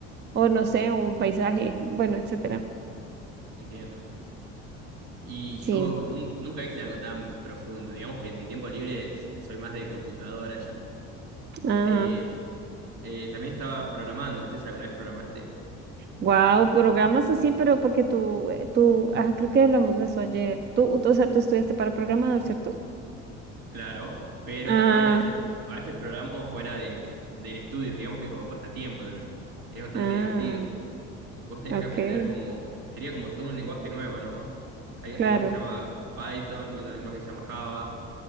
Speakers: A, on the right (about 35°); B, on the right (about 80°).
A: o no sé, un paisaje, bueno, etcétera.
B: Entiendo. Y yo
A: Sí,
B: nun- nunca hice algo tan profundo, digamos que en mi tiempo libre soy más de computadora yo.
A: ajá.
B: Eh, eh, también estaba programando, no sé si alguna vez programaste,
A: Wow, programas así, pero porque tú, eh, tú, ah, creo que hablamos de eso ayer. Tú, tú- o sea, tú estudiaste para programador, ¿cierto?
B: claro, pero
A: Ah,
B: también a veces, a veces programo fuera de, del estudio, digamos que como pasatiempo también. Es bastante
A: ah,
B: divertido. Vos tenés
A: ok,
B: que aprender como, sería como todo un lenguaje nuevo, ¿no? Hay un
A: claro.
B: lenguaje que se llama Python, otro lenguaje que se llama Java,